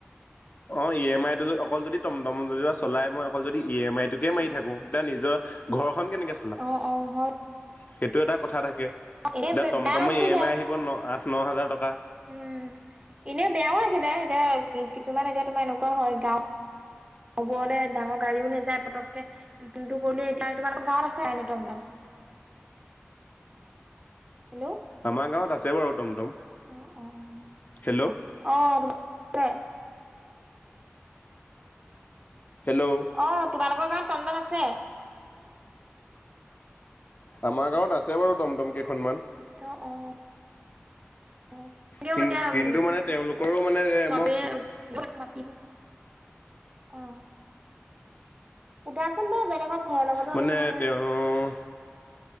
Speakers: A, on the left (about 40°); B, on the right (about 25°).
A: অ', ই এম আই টো অকল যদি টমটম যদি চলাই মই অকল যদি ই এম আই টোকে মাৰি থাকো তে নিজৰ ঘৰখন কেনেকে
B: অ' অ' হয়
A: সেইটো এটা কথা থাকে,
B: এনে
A: এতিয়া
B: বেয়া
A: টমটমে
B: নাছিলে।
A: ই এম আই আহিব ন' আঠ ন' হাজাৰ টকা
B: উম, এনে বেয়াও নাছিলে এতিয়া কিছুমান এতিয়া তোমাৰ এনেকুৱা হয় গাঁও অবোৰলে ডাঙৰ গাড়ীয়ো নাযায়, পতককে ফোনটো কৰিলে, এতিয়া তোমালোকক গাঁৱত আছে আ এনে টমটম? হেল্ল'!
A: আমাৰ গাঁৱত আছে বাৰু টমটম।
B: অ', অ',
A: হেল্ল'
B: অ' আছে
A: হেল্ল'!
B: অ', তোমালোকৰ গাঁৱত টমটম আছে?
A: আমাৰ গাঁৱত আছে বাৰু টমটম কেইখনমান।
B: অ', অ'। <unintelligible> এতিয়া
A: কিন-
B: উম,
A: কিন্তু মানে তেওঁলোকৰো মানে এ
B: চবে
A: মই
B: <inaudible> মাতিব অ'। সোধাচোন বাৰু বেলেগক ঘৰৰ লগতো
A: মানে
B: আলোচনা কৰা
A: তেওঁ